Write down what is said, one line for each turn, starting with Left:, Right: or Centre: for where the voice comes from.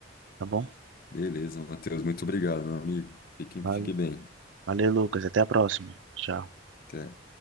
Right: tá bom?
Left: Beleza, Matheus, muito obrigado, meu amigo. Fique,
Right: Valeu.
Left: fique bem.
Right: Valeu, Lucas. Até a próxima. Tchau.
Left: Até.